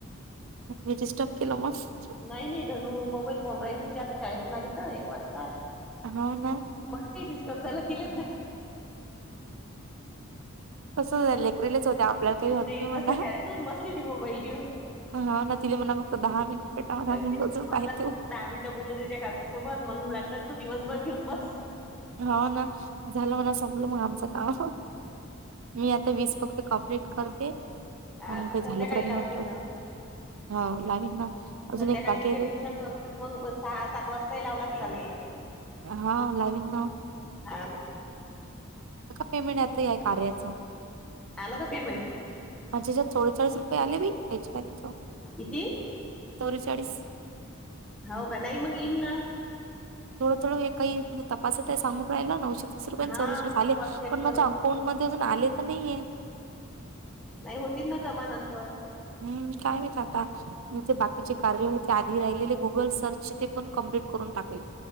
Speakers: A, on the right (about 70°); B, in the centre.
A: हज सप के मस्त <unintelligible>
B: नाही नाही धनू मोबाईल पोंड राहिली होती आता शाळेतून आली तर एक वाजता.
A: हा ना.
B: मला डिस्टर्ब झालं तिथच जा.
A: कसं लेकरीलीच होते्या आपल्याला काही
B: ते
A: होत नाही म्हणा.
B: मस्त शाळेतून बसली होती मोबाईल घेऊन.
A: हा ना तिले म्हणा बघत दहा मिनिट पेटा रजून
B: तर म्हटलं
A: पाहतू.
B: फक्त दहा मिनिटं बोलू द त्या काकूसोबत मग लागत तू दिवसभर घेऊन बस.
A: हो ना झालं म्हणा संपल मग आमचं काम. मी आता वीस फक्त कॉम्प्लीट करते
B: हा
A: मग काही
B: संध्याकाळी
A: झालंरी
B: लावशील
A: नटवक.
B: ना
A: हो लावीन ना. अजून
B: संध्याकाळी
A: एक बाकी
B: तिचे
A: आहे
B: ट्युशन
A: ते
B: मग सहा सात वाजताही लावलाच चालते.
A: हा लावीन बा.
B: ह
A: पेमेंट आता या कार्याचं
B: आला का पेमेंट.
A: माझे ज्या थोडे थोेसप्े <unintelligible> आले ब काहीचे काही
B: किती.
A: चौरचाळीस.
B: हो का नाहीई मंग इना.
A: थोडं थडं का म्हण तपासात आहे सांगून राहिला नऊशे तीस रुपयाे
B: हा
A: चौराश झाले
B: कॉल चेक
A: पणज
B: करून
A: अकाउंट. कोण मध्ये अजून आले तर नाहीये.
B: नाही होती ना जमानंतर.
A: हम्म काय नाहीत आता इथे
B: हम्म.
A: बाकीचे कार्य हो. त्या आधी राहिले गुगल सर्च ते पण कम्प्लीट करून टाकेल.